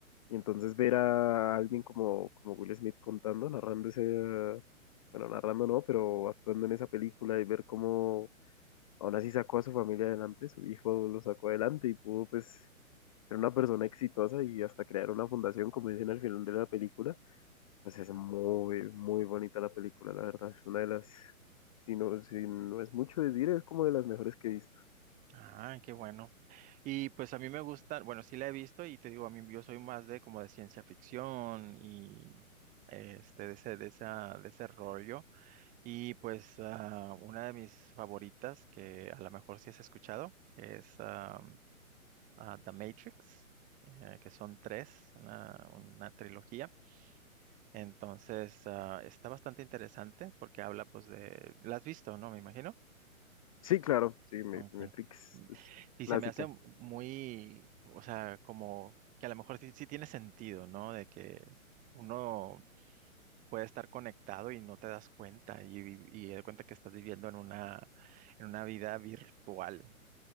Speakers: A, on the left (about 25°); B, on the right (about 20°).
A: Y entonces ver a alguien como, como Will Smith contando, narrando ese, bueno, narrando no, pero actuando en esa película y ver cómo aún así sacó a su familia adelante, su hijo lo sacó adelante y pudo pues ser una persona exitosa y hasta crear una fundación, como dicen al final de la película, pues es muy, muy bonita la película, la verdad, es una de las, si no, si no es mucho decir, es como de las mejores que he visto.
B: Ah, qué bueno. Y pues a mí me gusta, bueno, sí la he visto y te digo, a mí yo soy más de como de ciencia ficción y este, de ese, de esa, de ese rollo. Y pues ah, una de mis favoritas, que a lo mejor sí has escuchado, que es ah, ah, The Matrix, eh, que son tres, una, una trilogía. Entonces ah, está bastante interesante porque habla pues de, la has visto, ¿no? Me imagino.
A: Sí, claro, sí, Me-
B: Ok.
A: Matrix
B: Mm,
A: es
B: Y
A: clásica.
B: se me hace muy, o sea, como que a lo mejor sí, sí tiene sentido, ¿no? De que uno puede estar conectado y no te das cuenta y, vi- y te das cuenta que estás viviendo en una, en una vida virtual,